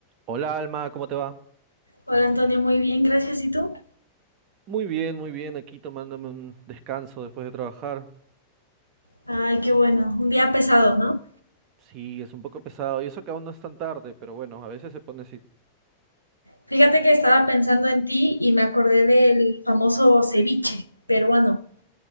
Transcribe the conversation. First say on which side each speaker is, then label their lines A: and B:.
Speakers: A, on the right (about 40°); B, on the right (about 90°).
A: Hola Alma, ¿cómo te va?
B: Hola Antonio, muy bien, gracias. ¿Y tú?
A: Muy bien, muy bien, aquí tomándome un descanso después de trabajar.
B: Ay, qué bueno. Un día pesado, ¿no?
A: Sí, es un poco pesado, y eso que aún no es tan tarde, pero bueno, a veces se pone así.
B: Fíjate que estaba pensando en ti y me acordé del famoso ceviche peruano.